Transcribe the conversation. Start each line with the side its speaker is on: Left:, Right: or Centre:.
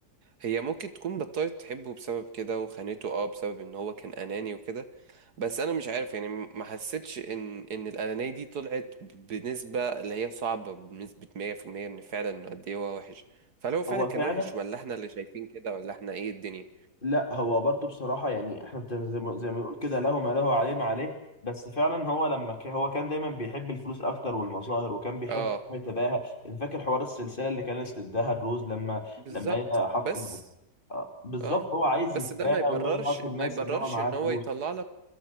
Right: هي ممكن تكون بطلت تحبه بسبب كده وخانته اه بسبب ان هو كان اناني وكده بس انا مش عارف يعني ما حسيتش ان ان الانانيه دي طلعت بنسبه اللي هي صعبه بنسبه 100% ان فعلا إنه قد ايه هو وحش فهل هو فعلا
Left: هو
Right: كان
Left: فعلا
Right: وحش ولا احنا اللي شايفين كده ولا احنا ايه الدنيا
Left: لا هو برضو بصراحة يعني احنا بت- زي ما زي ما بنقول كده له ما له عليه ما عليه بس فعلا هو لما ك... هو كان دايما بيحب الفلوس اكتر والمظاهر وكان بيحب
Right: اه
Left: يتباهى يعني فاكر حوار السلسلة اللي كانت تداها الروز لما
Right: بالظبط
Left: لما هي حط
Right: بس
Left: الب... آه، بالظبط
Right: اه
Left: هو عايز
Right: بس
Left: يتباهى
Right: ده ما يبررش
Left: ويقعد الناس
Right: ما يبررش
Left: ان هو معاه
Right: ان
Left: فلوس
Right: هو يطلع لك